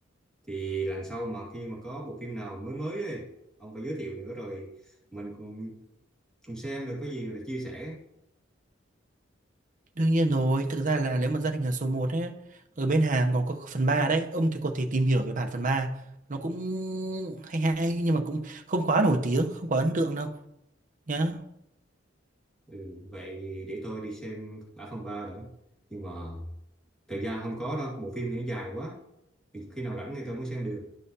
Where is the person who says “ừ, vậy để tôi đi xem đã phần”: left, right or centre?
Centre